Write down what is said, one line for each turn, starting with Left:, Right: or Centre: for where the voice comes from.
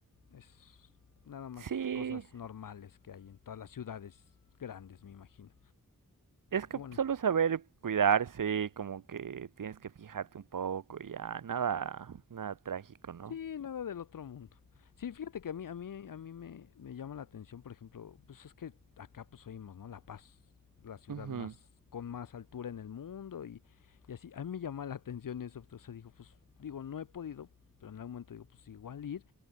Left: es nada más
Right: Sí,
Left: cosas normales que hay en todas las ciudades grandes, me imagino.
Right: es que
Left: Y bueno,
Right: solo saber cuidarse, como que tienes que fijarte un poco y ya, nada, nada trágico, ¿no?
Left: Sí, nada del otro mundo. Sí, fíjate que a mí, a mí, a mí me, me llama la atención, por ejemplo, pues es que acá pues oímos, ¿no? La Paz, la ciudad
Right: Ujú.
Left: más, con más altura en el mundo y, y así. A mí me llama la atención eso, o sea, digo, pues, digo, no he podido, pero en algún momento digo, pues igual ir,